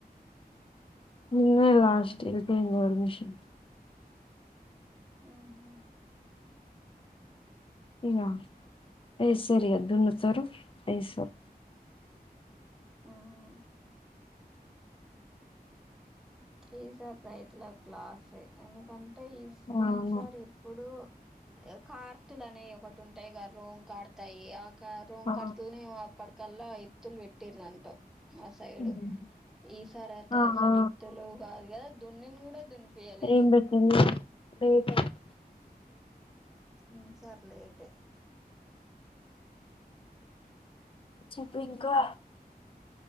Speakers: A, on the left; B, in the centre.
A: నిన్నే లాస్ట్ ఎళ్ళిపోయింది ఆర్మిషన్
B: మ్ హు
A: ఇగ ఏ సరిహద్దున్నసరు ఏ సర్.
B: మ్మ్ ఈ సారీ రైతులకు లాసే ఎందుకంటే ఇస్ పోయిన్సారి
A: అవును
B: ఎప్పుడు. కార్తులనే ఒకటి ఉంటాయ్గ రోమ్ కడతాయి ఆ క రూం
A: ఆ
B: కర్తుల్నె ఏమో అప్పటికల్లా ఇత్తుల్ పెట్టిర్రంటవ్ మా సైడు
A: ఉమ్.
B: ఈ సారి అయితే
A: ఆ
B: అస్సలు
A: ఆ
B: ఇత్తులు కాదు కద దున్నిన్ కూడా దున్ని. పియలేదు.
A: ఏం పెట్టింది లేట్
B: ఉమ్ సర్లే అయితే
A: చెప్పు ఇంకా.